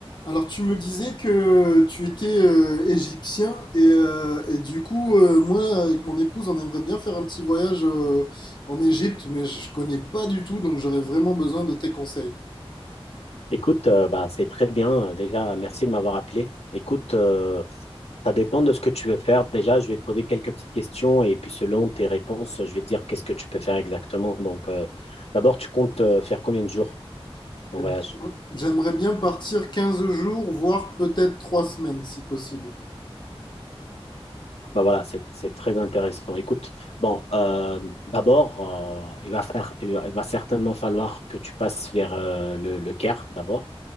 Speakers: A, on the left (about 45°); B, on the left (about 85°).
A: Alors tu me disais que tu étais euh, égyptien et, euh, et du coup euh, moi avec mon épouse on aimerait bien faire un petit voyage euh, en Égypte mais je je connais pas du tout donc j'aurais vraiment besoin de tes conseils.
B: Écoute, euh, bah, c'est très bien. Déjà, merci de m'avoir appelé. Écoute, euh, ça dépend de ce que tu veux faire. Déjà, je vais te poser quelques petites questions et puis selon tes réponses, je vais te dire qu'est-ce que tu peux faire exactement. Donc, euh, d'abord, tu comptes euh, faire combien de jours en
A: Et
B: voyage?
A: ben, J'aimerais bien partir 15 jours voire peut-être 3 semaines si possible.
B: Bah voilà, c'est c'est très intéressant. Écoute, bon, euh, d'abord, euh, il va faire, il va, il va certainement falloir que tu passes vers euh, le, le Caire d'abord.